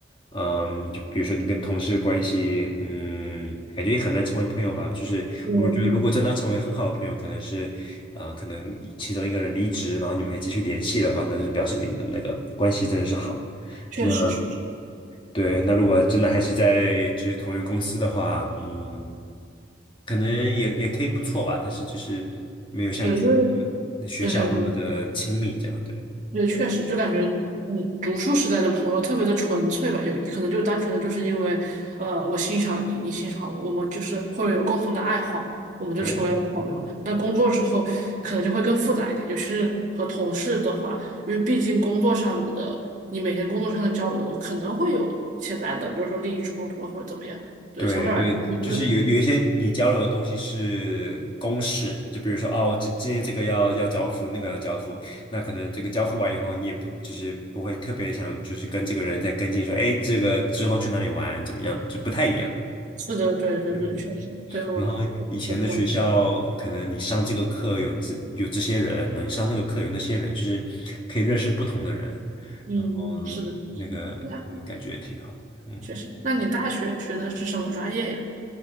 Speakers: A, on the left; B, on the right.
A: 嗯，就比如说你跟同事的关系，嗯，感觉也很难成为朋友吧。就是我觉得，
B: 对对，
A: 如果真的要成为很好的朋友，可能是，啊、可能其中一个人离职，然后你们还继续联系的话，那就表示你们的那个关系真的是好。
B: 确实确实，
A: 那对，那如果真的还是在就是同一个公司的话，嗯，可能也也可以不错吧，但是就是没有像以前
B: 对，因为
A: 那个学校那么的亲密这样，
B: 对对对，
A: 对。
B: 对，确实，就感觉你读书时代的朋友特别的纯粹吧，有可能就单纯的就是因为，呃，我欣赏你，你欣赏我，我们就是或者有共同的爱好，我们就成为了朋友。
A: 对。
B: 那工作之后，可能就会更复杂一点，尤其是和同事的话，因为毕竟工作上的你每天工作上的交流可能会有潜在的，比如说利益冲突啊或者怎么样。对，
A: 对对，
B: 相对而言，
A: 就是有有一些你交流的东西是公式，
B: 对，
A: 就比如说哦，这今天这个要要交付，那个要交付，那可能这个交付完以后，你也不就是不会特别想就是跟这个人再跟进说，哎，这个之后去哪里玩怎么样，就不太一样。
B: 是的，对对对，
A: 对对对。
B: 确实，对我我我同意，
A: 然后以前的学校，可能你上这个课有这有这些人，然后你上那个课有那些人，就是可以认识不同的人，
B: 嗯，
A: 然后
B: 是的，
A: 那个嗯感觉也挺好。
B: 是的。那
A: 嗯，
B: 确实。那你大学学的是什么专业呀？